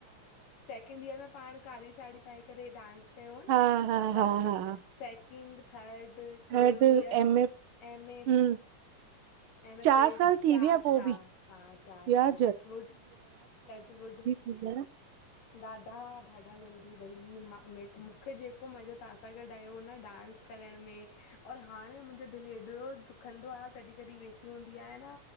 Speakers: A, on the left (about 85°); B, on the right (about 65°).
A: सेकेंड ईयर में पाण कारी साढ़ी पाए करे डांस कयो न,
B: हा हा
A: ख़बर
B: हा
A: आ न,
B: हा
A: सेकंड, थर्ड ट्रयो‌
B: third
A: year
B: M A
A: M A
B: हम्म
A: ए में
B: चार
A: ट्रै,
B: साल थी
A: चार
B: विया
A: -चार
B: पोइ बि
A: हा चार
B: यार
A: साल तकवुड टचवुड,
B: ह <unintelligible>
A: ॾाढा ॾाढा जल्दी भई मां मूं मूंखे जेको मज़ो तव्हां सां गॾु आयो हो न डांस करण में, और हाणे मुंहिंजो दिलि हेतिरो दुखंदो आ कॾीं कॾीं वेठी हूंदी आयां न,